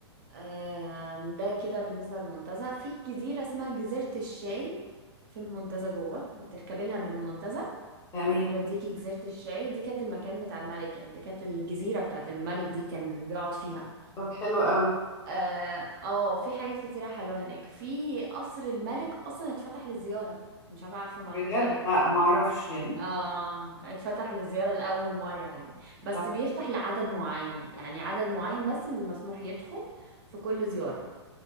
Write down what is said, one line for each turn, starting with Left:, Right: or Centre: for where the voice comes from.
Right: آم، ده كده بالنسبة للمنتزه في جزيرة اسمها جزيرة الشاي في المنتزه جوه بتركبي لها من المنتزه
Left: تمام
Right: وتوديكي جزيرة الشاي دي كانت المكان بتاع الملك يعني دي كانت الجزيرة بتاعت الملك دي كان بيقعد فيها
Left: طب حلو قوي
Right: اه آه، في حاجات كتيرة حلوة هناك في قصر الملك أصلا اتفتح للزيارة مش عارفة عارفة المعلومة
Left: بجد
Right: دي ولا لأ.
Left: لا ما اعرفش يعني
Right: اه اتفتح للزيارة لأول مرة يعني بس
Left: طب
Right: بيفتح لعدد معين يعني عدد معين بس اللي مسموح يدخل في كل زيارة